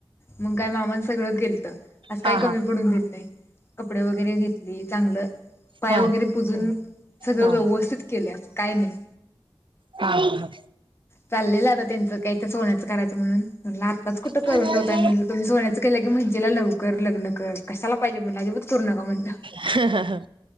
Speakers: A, on the left; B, on the right.
A: मग काय मामान सगळं केलत असं काय
B: हा
A: कमी पडून दिलं नाही कपडे वगैरे घेतली चांगलं पाय
B: हा हा
A: वगैरे पुजून सगळं
B: हा
A: व्यवस्थित केलं काय नाही
B: हा, हा
A: चाललेलं आता त्यांचं काही तर सोन्याचं करायचं म्हणून म्हणलं आत्ताच कुठं
B: हा
A: करून ठेवताय म्हणल सोन्याचं केलं की म्हणशीला लवकर लग्न कर कशाला पाहिजे म्हण अजिबात करू नका म्हणल
B: हा, हा, हा